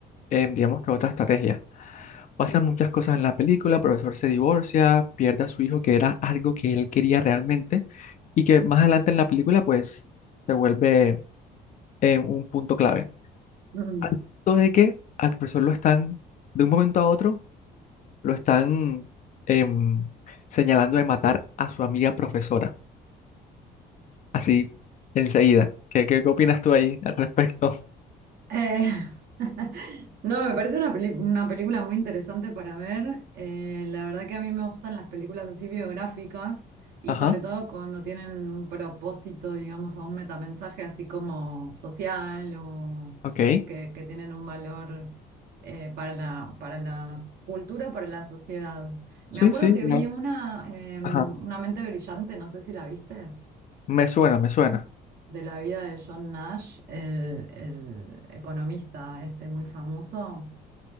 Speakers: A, on the left; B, on the right.
A: em, digamos que otra estrategia. Pasan muchas cosas en la película, el profesor se divorcia, pierde a su hijo, que era algo que él quería realmente, y que más adelante en la película, pues, se vuelve eh, un punto clave.
B: Mm.
A: Al punto de que al profesor lo están, de un momento a otro, lo están em, señalando de matar a su amiga profesora, así, enseguida. ¿Qué, qué, qué opinas tú ahí al respecto? <laughs>
B: Eh, <laughs> no, me parece una, peli- una película muy interesante para ver. Eh, la verdad que a mí me gustan las películas así biográficas y
A: Ajá,
B: sobre todo cuando tienen un propósito, digamos, o un metamensaje así como social o
A: ok.
B: que, que tienen un valor eh, para la, para la cultura, para la sociedad. Me
A: Sí,
B: acuerdo
A: sí,
B: que
A: no.
B: vi una, eh, Una
A: Ajá,
B: mente brillante, no sé si la viste
A: me suena, me suena.
B: de la vida de John Nash, el, el economista este muy famoso,